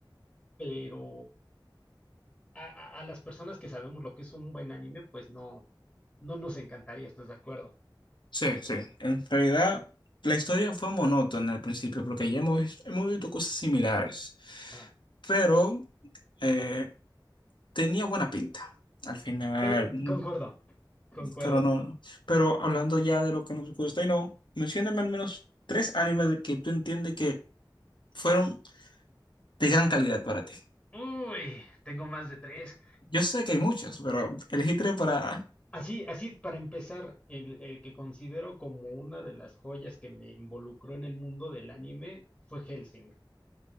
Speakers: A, on the left (about 20°); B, on the left (about 70°).
A: pero a, a- a las personas que sabemos lo que es un buen anime, pues no, no nos encantaría, ¿estás de acuerdo?
B: sí, sí. En realidad, la historia fue monótona al principio, porque ya hemos, vis- hemos visto cosas similares.
A: Ah,
B: Pero eh, tenía buena pinta al final.
A: eh,
B: mm,
A: concuerdo, concuerdo.
B: Pero no, no. Pero hablando ya de lo que nos gusta y no, mencióname al menos tres animes de que tú entiendes que fueron de gran calidad para ti.
A: Uy, tengo más de tres.
B: Yo sé que hay muchos, pero elegí tres para
A: Así, así para empezar, el, el que considero como una de las joyas que me involucró en el mundo del anime fue Helsing.